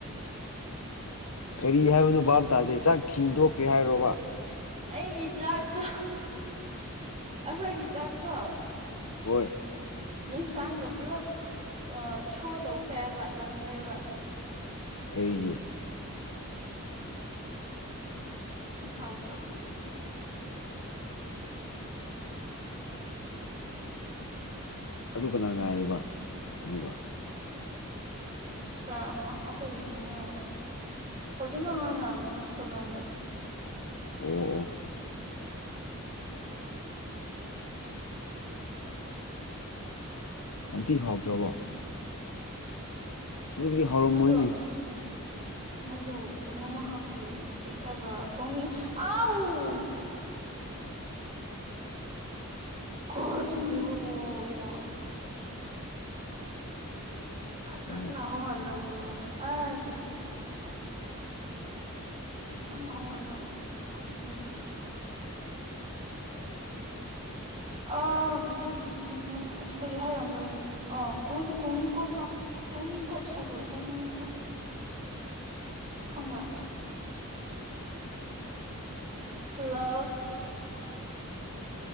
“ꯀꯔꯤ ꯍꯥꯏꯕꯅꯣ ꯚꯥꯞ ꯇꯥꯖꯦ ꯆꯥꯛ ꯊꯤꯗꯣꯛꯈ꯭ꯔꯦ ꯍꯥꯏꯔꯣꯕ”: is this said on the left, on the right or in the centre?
Left